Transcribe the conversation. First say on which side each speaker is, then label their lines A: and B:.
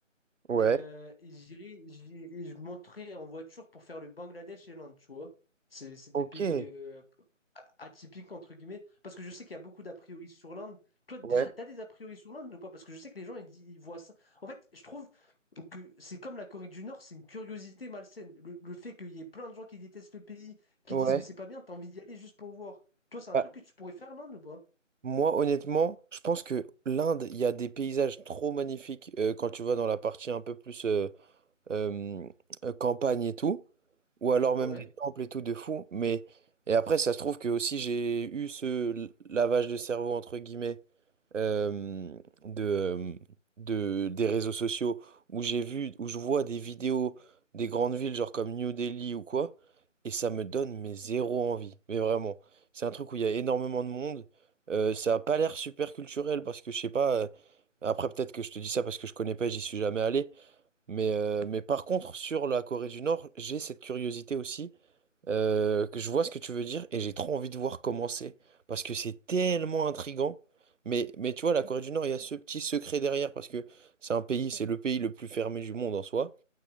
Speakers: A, on the right; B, on the left.
A: Ouais.
B: euh, et j'irai, j'y- et je monterai en voiture pour faire le Bangladesh et l'Inde, tu vois. C'est c'est des
A: Ok,
B: pays
A: ouais,
B: euh, a- atypiques, entre guillemets, parce que je sais qu'il y a beaucoup d'a priori sur l'Inde. Toi, déjà,
A: ouais,
B: t'as des a priori sur l'Inde ou pas? Parce que je sais que les gens, ils, di- ils voient ça. En fait, je trouve que c'est comme la Corée du Nord, c'est une curiosité malsaine. Le, le fait qu'il y ait plein de gens qui détestent le pays, qui
A: ouais.
B: disent que c'est pas bien, t'as envie d'y aller juste pour voir. Toi, c'est un
A: Bah,
B: truc que tu pourrais faire, l'Inde ou pas?
A: moi, honnêtement, je pense que l'Inde, il y a des paysages trop magnifiques euh, quand tu vas dans la partie un peu plus euh, euh, euh, campagne et tout, ou alors même
B: Ouais.
A: des temples et tout de fou. Mais et après, ça se trouve que aussi j'ai eu ce l- lavage de cerveau entre guillemets euh, de, euh, de, des réseaux sociaux où j'ai vu, où je vois des vidéos des grandes villes, genre comme New Delhi ou quoi, et ça me donne mais zéro envie. Mais vraiment, c'est un truc où il y a énormément de monde. Euh, ça a pas l'air super culturel parce que je sais pas. euh, après, peut-être que je te dis ça parce que je connais pas, et j'y suis jamais allé. Mais, euh, mais par contre, sur la Corée du Nord, j'ai cette curiosité aussi euh, que je vois ce que tu veux dire et j'ai trop envie de voir comment c'est parce que c'est tellement intrigant. Mais, mais tu vois, la Corée du Nord, il y a ce petit secret derrière parce que c'est un pays, c'est le pays le plus fermé du monde en soi,